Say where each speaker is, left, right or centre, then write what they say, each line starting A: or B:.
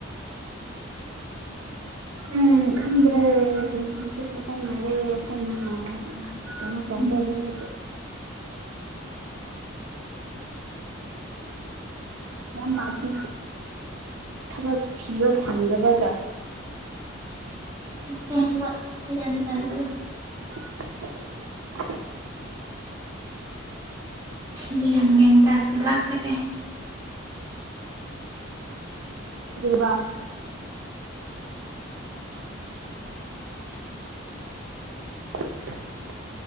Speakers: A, on the right; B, on the right.
A: ꯎꯝ ꯈꯪꯗ꯭ꯔꯦ ꯍꯌꯦꯡ ꯍꯪꯆꯤꯠ ꯈꯛꯇ ꯉꯥꯏꯔꯦ ꯑꯩꯈꯣꯏꯅ ꯀꯩꯅꯣ ꯇꯧꯗꯣ
B: ꯎꯝ
A: <unintelligible> ꯌꯥꯝꯕ ꯑꯗꯨ ꯊꯕꯛ ꯊꯤꯕ ꯐꯪꯗꯕꯒ
B: ꯑꯁꯦꯡꯕ ꯒꯌꯥꯟ ꯇꯥꯗ꯭ꯔꯦ
A: <inaudible>
B: ꯒꯌꯥꯟ ꯃꯦꯟ ꯇꯁꯤꯜ ꯂꯛꯇ꯭ꯔꯦ
A: ꯀꯔꯤꯕ
B: <inaudible>
A: <inaudible>